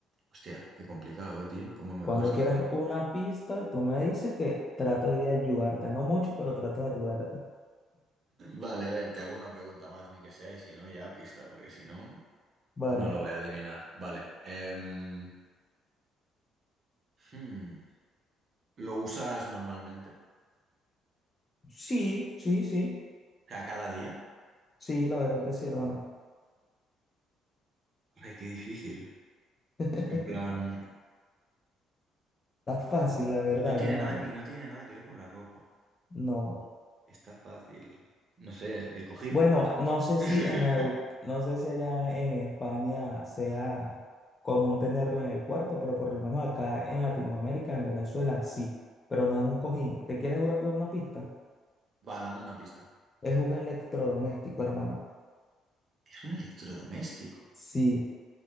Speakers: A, on the right; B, on the left.
A: hostia, qué complicado, eh, tío. Cómo me
B: Cuando
A: cuesta.
B: quieras una pista, tú me dices que trato de ayudarte. No mucho, pero trato de ayudarte.
A: Vale, a ver, te hago una pregunta más, ni que sea, y si no, ya pista, porque si no,
B: Vale.
A: no lo voy a adivinar. Vale. em, hmm, ¿lo usas normalmente? O
B: Sí, sí, sí.
A: sea, cada día.
B: Sí, la verdad que sí, hermano.
A: Ay, qué difícil.
B: <laughs> Está
A: En plan,
B: fácil, la
A: Y
B: verdad,
A: y no tiene
B: hermano.
A: nada, que- y no tiene nada que ver con la ropa.
B: No.
A: Está fácil. No sé, el cojín.
B: Bueno, no sé si
A: <laughs>
B: en Eu- no sé si allá en España sea común tenerlo en el cuarto, pero por lo menos acá en Latinoamérica, en Venezuela, sí. Pero no es un cojín. ¿Te quieres jurar de una pista?
A: Va, dame una pista.
B: Es un electrodoméstico, hermano.
A: Es un electrodoméstico.
B: Sí,